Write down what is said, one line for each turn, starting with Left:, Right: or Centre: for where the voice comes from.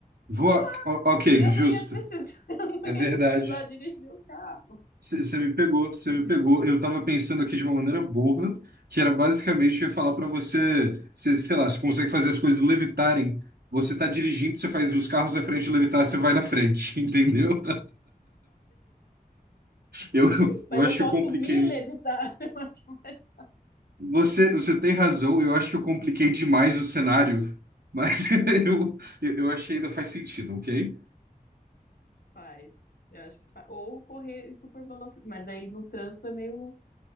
Right: Voar.
Left: voar.
Right: O- ok,
Left: Eu
Right: justo.
Left: não ia precisar, <laughs> eu não
Right: É
Left: ia
Right: verdade.
Left: precisar dirigir o carro.
Right: Você me pegou, você
Left: <laughs> entendeu?
Right: me pegou. Eu tava pensando aqui de uma maneira burra, que era basicamente eu ia falar pra você, cê, sei lá, você consegue fazer as coisas levitarem. Você tá dirigindo, você faz os carros à frente levitar, você vai na frente, <laughs> entendeu? Eu,
Left: Mas
Right: eu acho
Left: eu posso
Right: que eu compliquei.
Left: me levitar. <laughs> Eu acho mais
Right: Você, você tem razão, eu acho que eu compliquei demais o cenário, mas <laughs> eu, eu eu acho que ainda faz sentido, ok?
Left: Faz. Eu acho que faz. Ou correr em super velocidade. Mas daí no trânsito é meio